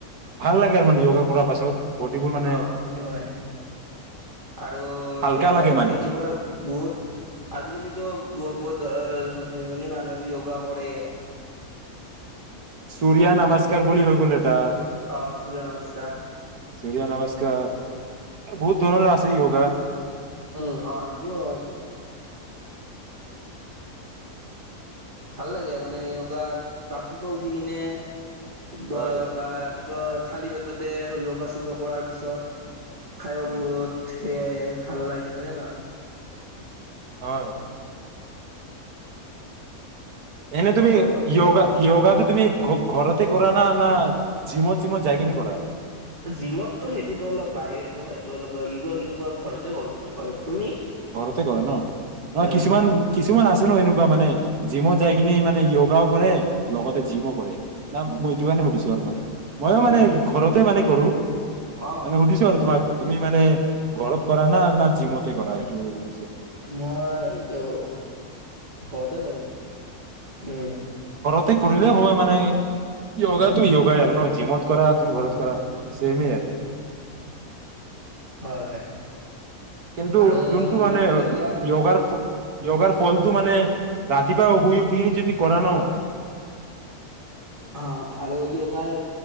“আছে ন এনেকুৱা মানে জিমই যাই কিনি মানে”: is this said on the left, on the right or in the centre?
Right